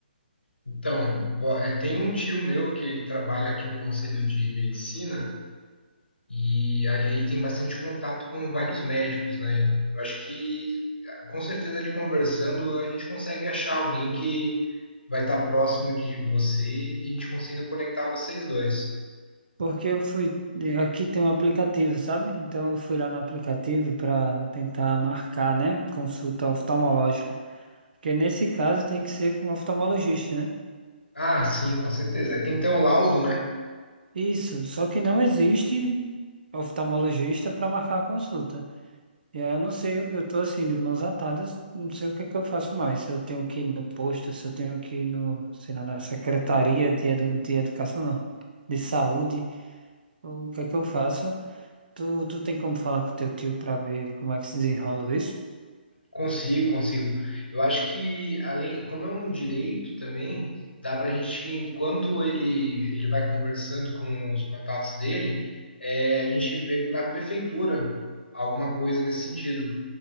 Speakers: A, on the left; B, on the right.
A: Então, ó, é, tem um tio meu que ele trabalha aqui no Conselho de Medicina e ali ele tem bastante contato com vários médicos, né? Eu acho que, com certeza, ele conversando, a gente consegue achar alguém que vai estar próximo de você e que a gente consiga conectar vocês dois.
B: Porque eu fui. é, Aqui tem um aplicativo, sabe? Então eu fui lá no aplicativo pra tentar marcar, né? Consulta oftalmológica. Porque nesse caso tem que ser com um oftalmologista, né?
A: Ah, sim, com certeza. Tem que ter o laudo, né?
B: Isso. Só que não existe oftalmologista para marcar a consulta. É, Eu não sei, eu eu tô assim, de mãos atadas, não sei o que é que eu faço mais. Se eu tenho que ir no posto, se eu tenho que ir no, sei lá, na Secretaria de, edu, de Educação, não, de Saúde, o que é que eu faço? Tu, tu tem como falar com teu tio pra ver como é que se desenrola isso?
A: Consigo, consigo. Eu acho que, além, como é um direito também, dá para a gente, enquanto ele, ele vai conversando com os contatos dele, é, a gente vê na prefeitura alguma coisa nesse sentido,